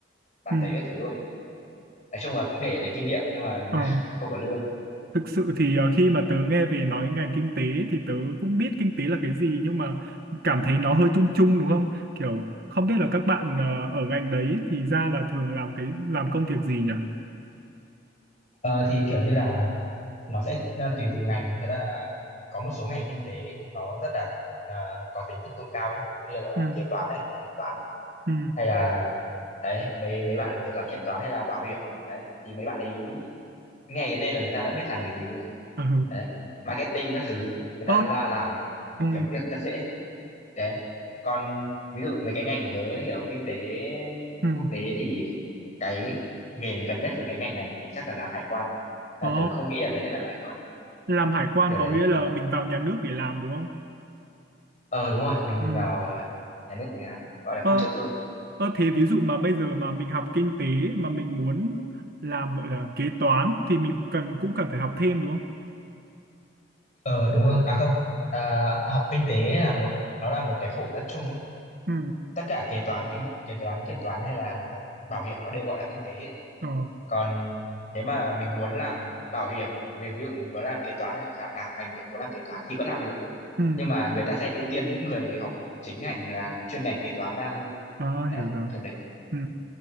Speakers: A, on the left (about 40°); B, on the right (about 50°).
A: bản
B: ừ,
A: giấy các thứ thôi nói chung là cũng để lấy kinh nghiệm nhưng mà
B: ờ.
A: <laughs> không có lương
B: Thực sự thì ờ, khi mà tớ nghe về nói ngành kinh tế thì tớ cũng biết kinh tế là cái gì nhưng mà cảm thấy nó hơi chung chung đúng không? Kiểu không biết là các bạn ờ, ở ngành đấy thì ra là thường làm cái làm công việc gì nhỉ?
A: Ờ, thì kiểu như là nó sẽ à, tùy từng ngành thật ra là có một số ngành kinh tế nó rất là à, có tính thực dụng cao ấy. ví dụ như là
B: Ừ,
A: kế toán này kiểm toán
B: ừ,
A: hay là đấy mấy mấy bạn kế toán kiểm toán hay là bảo hiểm đấy thì mấy bạn ấy nghe cái tên là người ta đã biết làm nghề gì luôn rồi
B: ừ,
A: đấy marketing các thứ người
B: Ơ,
A: ta là làm
B: ừ,
A: kiếm việc rất dễ đấy còn ví dụ mấy cái ngành của tớ ấy, kiểu kinh tế
B: ừ.
A: quốc tế thì cái nghề gần nhất với cái ngành này thì chắc là làm hải quan là
B: Ồ,
A: tớ không nghĩ là tớ sẽ làm hải quan
B: làm hải quan
A: kiểu
B: có
A: đấy
B: nghĩa là mình vào nhà nước để làm đúng không?
A: Ờ đúng rồi, mình
B: Ừ.
A: vào à, nhà nước mình làm gọi là
B: Ờ,
A: công chức luôn.
B: ờ thế ví dụ mà bây giờ mà mình học kinh tế mà mình muốn làm gọi là kế toán thì mình cần cũng cần phải học thêm đúng không?
A: Ờ đúng rồi, à không, à, học kinh tế là một nó là một cái phổ rất chung ấy.
B: Ừ.
A: Tất cả kế Ừ. toán kinh kế toán kiểm toán hay là bảo hiểm nó đều gọi là kinh tế hết.
B: Ờ.
A: Còn nếu mà mình muốn làm bảo hiểm, về ví dụ mình muốn làm kế toán ấy, chẳng hạn ngành tớ muốn làm kế toán thì vẫn làm được.
B: Ừ.
A: Nhưng mà người ta sẽ ưu tiên những người học chính ngành là chuyên ngành kế toán ra hơn.
B: À,
A: Đấy,
B: hiểu rồi.
A: kiểu đấy.
B: Ừ.